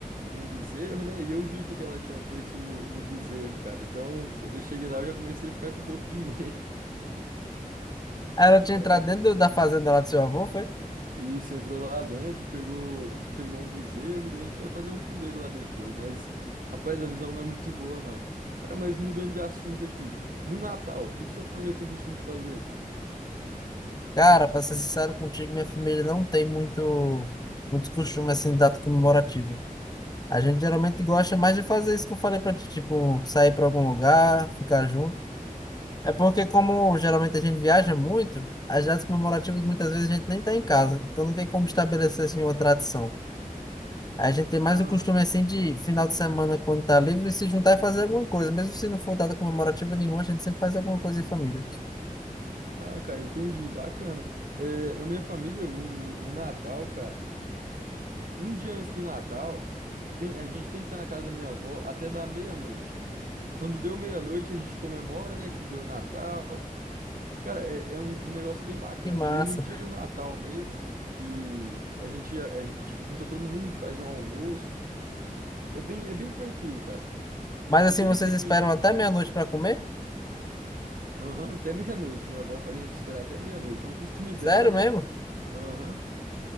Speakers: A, on the right; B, on the left.
A: um bezerro, né? E eu vi o que, que ela tinha feito no, no bezerro, cara. Então, quando eu cheguei lá, eu já comecei a ficar com um pouco de medo. <laughs>
B: Aí Ela tinha
A: Tá,
B: entrado
A: Acabe-
B: dentro da fazenda lá do seu avô, foi?
A: Isso, entrou lá dentro, pegou, <laughs> pegou um bezerro e daí a gente foi fazer um puleiro lá depois. Mas, rapaz, a visão não é muito boa, não. Cara, mas mudando de assunto aqui. No Natal, o que que sua família tem costume de fazer?
B: Cara, pra ser sincero contigo, minha família não tem muito, muito costume assim, de data comemorativa. A gente geralmente gosta mais de fazer isso que eu falei pra ti, tipo, sair pra algum lugar, ficar junto. É porque, como geralmente a gente viaja muito, as datas comemorativas muitas vezes a gente nem tá em casa, então não tem como estabelecer assim uma tradição. A gente tem
A: Ah.
B: mais o costume assim de final de semana, quando tá livre, se juntar e fazer alguma coisa. Mesmo se não for data comemorativa nenhuma, a gente sempre faz alguma coisa em família.
A: Ah, cara, entendi, bacana. É, na minha família, o, o Natal, cara, um dia antes do Natal, tem, a gente tem que estar na casa da minha avó até dar meia-noite. Quando deu meia-noite, a gente comemora, né, que deu Natal. Cara, é, é um, um negócio bem bacana.
B: Que massa.
A: E daí no dia do Natal mesmo, que a gente, a, gente junta todo mundo, faz um almoço. É bem, é bem tranquilo, cara.
B: Mas
A: E
B: assim,
A: daí
B: vocês
A: tem,
B: esperam até meia-noite pra comer?
A: aham, até <laughs> meia-noite. Minha avó faz a gente esperar até meia-noite. É um costume dela,
B: Sério
A: né?
B: mesmo?
A: Aham.